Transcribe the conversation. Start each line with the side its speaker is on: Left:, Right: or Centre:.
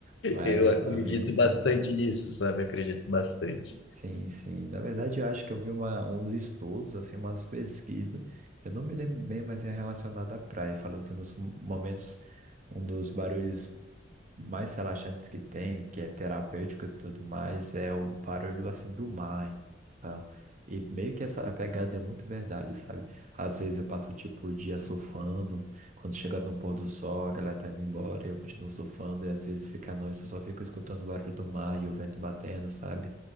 Right: Mas
Left: eu acredito
Right: a viagem
Left: bastante
Right: faz bem.
Left: nisso, sabe? Acredito bastante.
Right: Sim, sim. Na verdade, eu acho que eu vi uma, uns estudos, assim, umas pesquisas. Eu não me lembro bem, mas é relacionado à praia. Falou que um dos momentos, um dos barulhos mais relaxantes que tem, que é terapêutico e tudo mais, é o barulho assim do mar. Então, e meio que essa pegada é muito verdade, sabe? Às vezes eu passo tipo o dia surfando, quando chega no pôr do sol, a galera tá indo embora, eu continuo surfando, e às vezes fica à noite, eu só fico escutando o barulho do mar e o vento batendo, sabe?